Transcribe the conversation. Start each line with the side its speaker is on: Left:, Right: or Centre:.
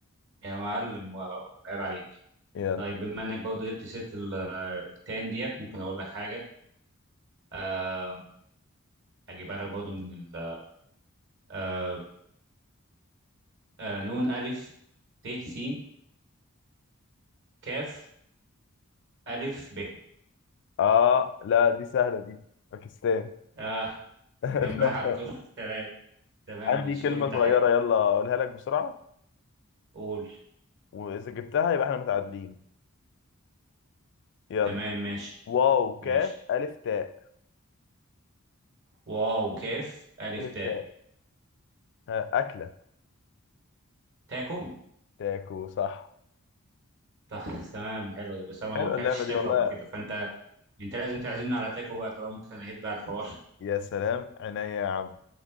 Right: يا معلم واو عيب عليك
Left: يلا
Right: طيب بما انك برضه جبت سيرة ال- التان ديت ممكن اقول لك حاجة آه، هجيبها لك برضه من ال آه آه نون ألف ت س كاف ألف ب
Left: آه لا دي سهلة دي باكستان
Right: آه
Left: <laughs>
Right: جنبها على
Left: طب
Right: طول <laughs> تمام تمام
Left: عندي
Right: ماشي
Left: كلمة
Right: قول انت
Left: صغيرة
Right: حاجة
Left: يلا أقولها لك بسرعة
Right: قول
Left: وإذا جبتها يبقى إحنا متعادلين يلا
Right: تمام ماشي
Left: واو
Right: ماشي
Left: كاف ألف تاء
Right: واو كاف ألف
Left: ألف
Right: تاء
Left: تاء ها أكلة
Right: تاكو
Left: تاكو صح
Right: صح تمام حلو بس انا
Left: حلوه
Right: ما اكلتش
Left: اللعبه
Right: تاكو
Left: دي والله
Right: قبل كده فانت انت لازم تعزمنا على تاكو بقى طالما انت نهيت بقى الحوار <laughs>
Left: يا سلام عينيا يا عم